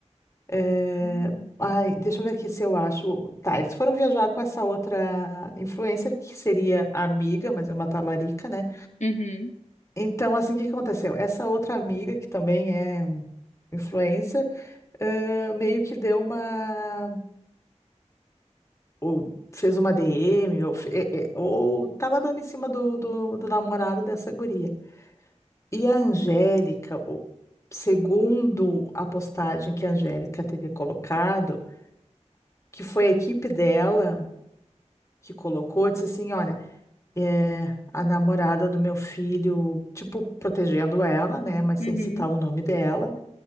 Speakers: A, on the left (about 25°); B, on the left (about 80°).
A: É,
B: Hum.
A: Ai, deixa eu ver aqui se eu acho. Tá, eles foram viajar com essa outra influencer, que seria amiga, mas é uma talarica, né?
B: Uhum,
A: Então, assim, o que que aconteceu? Essa outra amiga, que também é um influencer, eh, meio que deu uma. ou fez uma DM, ou, fe- é, é, ou tava dando em cima do, do, do namorado dessa guria. E a Angélica, o- segundo a postagem que a Angélica teria colocado, que foi a equipe dela que colocou, disse assim, olha, é, a namorada do meu filho, tipo, protegendo ela, né, mas sem
B: uhum.
A: citar o nome dela,